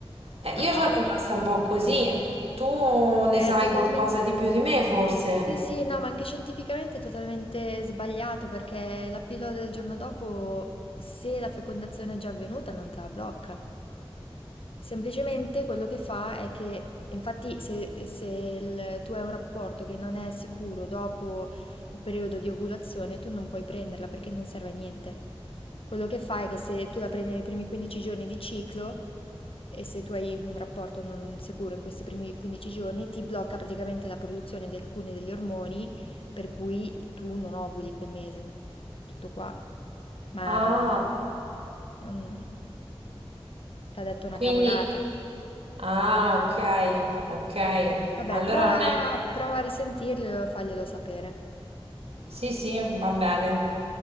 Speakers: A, on the right; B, on the left.
A: eh,
B: Ah
A: io
B: no,
A: sono rimasta un po' così. Tu ne
B: è
A: sai
B: totalmente
A: qualcosa di più di me, forse?
B: Sì, sì, no, ma anche scientificamente è totalmente sbagliato perché la pillola del giorno dopo, se la fecondazione è già avvenuta, non te la blocca. Semplicemente quello che fa è che, infatti, se, se il- tu hai un rapporto che non è sicuro dopo il periodo di ovulazione, tu non puoi prenderla perché non serve a niente. Quello che fa è che se tu la prendi nei primi 15 giorni di ciclo e se tu hai un rapporto non sicuro in questi primi 15 giorni, ti blocca praticamente la produzione di alcuni degli ormoni, per cui tu non ovuli quel mese. Tutto qua. Ma
A: Ah,
B: non... T'ha detto una
A: quindi...
B: cavolata.
A: Ah, ok, ok.
B: Vabbè,
A: Allora
B: Eh, prova,
A: non è...
B: prova a risentirglielo e faglielo sapere.
A: Sì, sì, va bene.